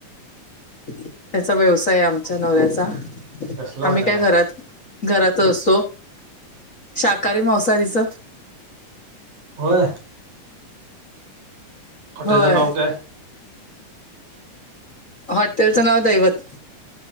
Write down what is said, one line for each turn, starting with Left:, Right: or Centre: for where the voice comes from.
Left: त्याचा व्यवसाय आमच्या नवऱ्याचा.
Right: कसलं हॉटेल
Left: आम्ही काय
Right: आहे
Left: घरात घरात असतो. शाकाहारी, मांसाहारीच.
Right: होय. हॉटेलच
Left: होय
Right: नावकाय?
Left: हॉटेलचं नाव, दैवत.